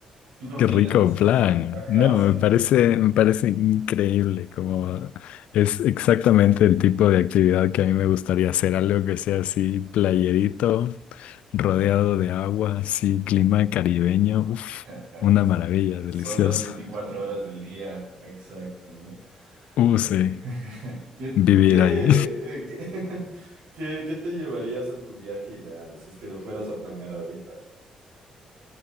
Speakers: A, on the right; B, on the left.
A: ¿Tú qué opinas?
B: qué rico plan.
A: Sí, ajá,
B: No,
A: sí.
B: me parece, me parece increíble. Como es exactamente el tipo de actividad que a mí me gustaría hacer, algo que sea así, playerito, rodeado de agua, así, clima caribeño. Uf,
A: <laughs>
B: una maravilla, delicioso.
A: Son las 24 horas del día, exacto, ¿no?
B: Uh,
A: Eh,
B: sí,
A: <laughs> ¿qué-
B: vivir
A: ¿Tú qué,
B: ahí.
A: eh, qué, <laughs> qué- qué te llevarías a tu viaje ideal si es que lo fueras a planear ahorita?